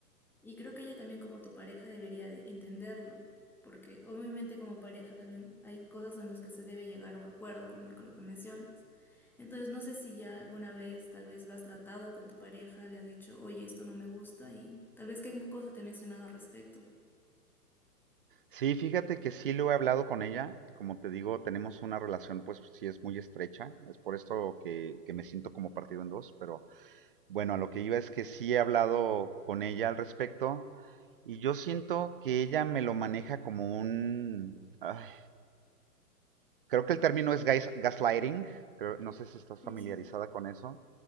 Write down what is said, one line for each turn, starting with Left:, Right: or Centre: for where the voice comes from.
Centre: Y creo que ella también como tu pareja debería de entenderlo, porque obviamente como pareja también hay cosas en las que se debe llegar a un acuerdo, como con lo que mencionas. Entonces no sé si ya alguna vez tal vez lo has tratado con tu pareja, le has dicho, oye, esto no me gusta y tal vez qué cosa te ha mencionado al respecto.
Right: Sí, fíjate que sí lo he hablado con ella. Como te digo, tenemos una relación, pues sí es muy estrecha. Es por esto que, que me siento como partido en dos, pero Bueno, a lo que iba es que sí he hablado con ella al respecto y yo siento que ella me lo maneja como un... ay, creo que el término es gas- gaslighting, creo- no sé si estás
Centre: Sí,
Right: familiarizada
Centre: sí,
Right: con eso.